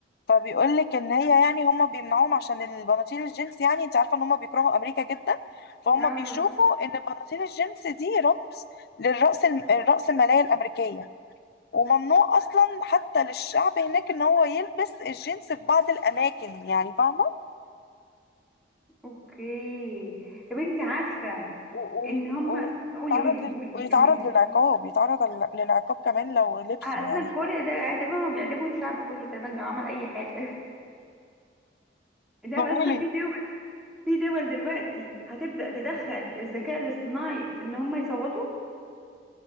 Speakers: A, on the left; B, in the centre.
A: فبيقول لك ان هي يعني هم بيمنعوهم عشان البناطيل الجينز يعني انت عارفه ان هم بيكرهوا امريكا جدا فهم
B: اه
A: بيشوفوا ان البناطيل الجينز دي رمز للرأس الرأس الماليه الامريكيه وممنوع اصلا حتى للشعب هناك ان هو يلبس الجينز في بعض الاماكن يعني فاهمه
B: اوكي طب انت عارفة
A: و- ويت-
B: ان هم قولي
A: ويتعرض
B: قولي
A: لل...
B: قولي
A: ويتعرض
B: كملي
A: للعقاب يتعرض لل- للعقاب كمان لو لبسه
B: على اساسا
A: يعني
B: كوريا ده تقريبا هم بيعدموا الشعب كله تقريبا لو عمل اي حاجة <laughs> ده
A: طب
B: بس
A: قولي
B: في دول في دول دلوقتي هتبدأ تدخل الذكاء الاصطناعي في ان هم يصوتوا